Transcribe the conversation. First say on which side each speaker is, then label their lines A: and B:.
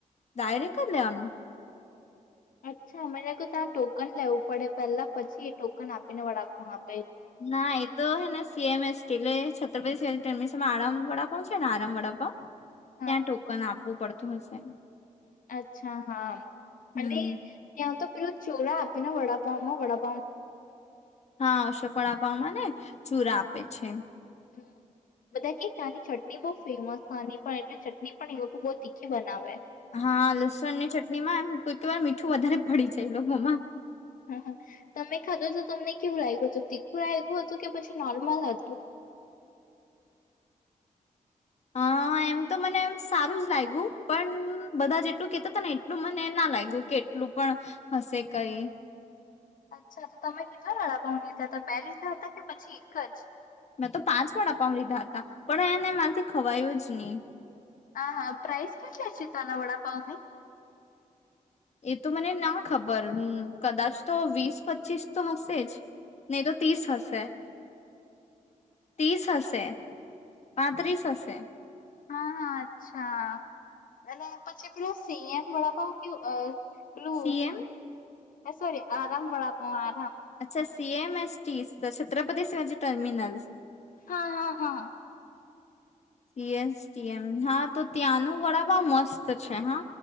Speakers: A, on the left; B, on the left.
A: ડાયરેક જ લેવાનું.
B: અચ્છા મને લાઇગુ તા ટોકન લેવું પડે પેહલા પછી એ ટોકન આપીને વડાપાઉ આપ
A: ના એ તો હે ને સી એમ એસ કે એટલે છત્રીશ <unintelligible> મિસમાં આરામ વડાપાઉ છે ને આરામ વડાપાઉ,
B: હા
A: ત્યાં ટોકન આપુ પડતુ હસે.
B: અચ્છા હા,
A: હમ
B: અને ત્યાં તો પેલું ચોરા આપે ને વડાપાવ માં વડા
A: હા અશોક વડપાઉમાં ને, ચૂરા આપે છે.
B: હમ્મ. બધા કે તાની ચટની બો ફેમસ આની પણ એટલી ચટણી પણ એ લોકો બહુ તીખી બનાવે.
A: હા લસણ ની ચટણી માં એમ કોઈ કોઈ વાર મીઠું વધારે પડી જાય એ લોકોમાં.
B: હા હ, તમે ખાધો તો તમને કેવું લાઇગુ તું, તીખું લાઇગુ હતું કે પછી નોર્મલ હતું?
A: હા એમ તો મને સારું જ લાઇગુ, પણ બધા જેટલું કેતા તા ને એટલું મને ના લાઇગુ કે એટલું પણ હશે કઈ.
B: અચ્છા તો તમે કેટલા વડાપાવ લીધા તા, બે લીધા હતા કે પછી એક જ?
A: મેં તો પાંચ વડાપાઉ લીધા હતા પણ એને મારથી ખવાયું જ ની.
B: હા હા પ્રાઇસ કેટલી છે ત્યાં ના વડાપાઉ ની?
A: એ તો મને ના ખબર, કદાચ તો વીસ પચીસ તો હશે જ. નહી તો તીસ હશે. તીસ હશે, પાંત્રીસ હશે.
B: હા હા અચ્છા અને પછી પેલો સી એમ વડાપાઉ કેવું અ પેલુ
A: સીએમ
B: હું અ સોરી આરામ વડાપાઉ આ
A: અચ્છા સી એમ એસથી છત્રપતિ શિવાજી ટર્મિનલસ.
B: હા હા હા.
A: સીએસટીએમ હા તો ત્યાં નો વડાપાઉ મસ્ત છે હા